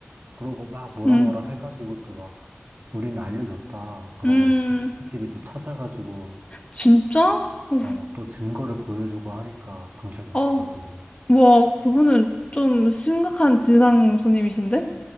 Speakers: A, on the right; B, on the left.
A: 그러고 막 뭐라
B: 응.
A: 뭐라 해가지고 또 막 우리는 알려줬다 그러고
B: 음,
A: 또 CCTV 또 찾아가지고
B: 진짜? 우,
A: 어 막 또 증거를 보여주고 하니까 경찰관
B: 어,
A: 와가지고
B: 와, 그분은 좀 심각한 진상 손님이신데?